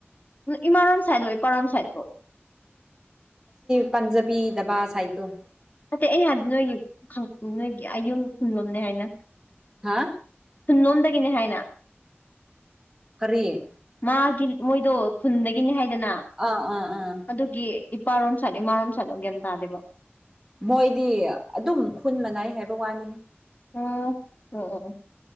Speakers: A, on the left (about 40°); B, on the right (about 15°).
A: ꯏꯃꯥꯟ ꯁꯥꯏꯗ ꯂꯣ ꯏꯄꯔꯟ ꯁꯥꯏꯗꯕꯣ
B: ꯄꯟꯖꯕꯤ ꯗꯕꯥ ꯁꯥꯏꯗꯣ
A: ꯐꯗꯩ ꯑꯩ ꯍꯥꯏꯗꯤ ꯅꯣꯏꯒꯤ ꯅꯣꯏꯒꯤ ꯑꯌꯨꯝ ꯈꯨꯟꯂꯣꯝꯅꯦ ꯍꯥꯏꯅ
B: ꯍꯥ
A: ꯅꯣꯟꯗ ꯀꯅꯦ ꯍꯥꯏꯅ
B: ꯀꯔꯤꯑꯦ
A: ꯃꯥꯒꯤ ꯃꯣꯏꯗꯣ ꯈꯨꯟꯗꯒꯤꯅꯤ ꯍꯥꯏꯗꯅ
B: ꯑꯥ ꯑꯥ ꯑꯥ
A: ꯑꯗꯨꯒꯤ ꯏꯄꯥꯔꯣꯝ ꯁꯥꯠꯅꯨ ꯏꯃꯥꯔꯣꯝ ꯁꯥꯠꯅꯣ ꯒꯟ ꯇꯥꯗꯦꯕ
B: ꯃꯣꯏꯗꯤ ꯑꯗꯨꯝ ꯈꯨꯟ ꯃꯅꯥꯏ ꯍꯥꯏꯕ ꯋꯥꯅꯤ
A: ꯎꯝ ꯎ <inaudible>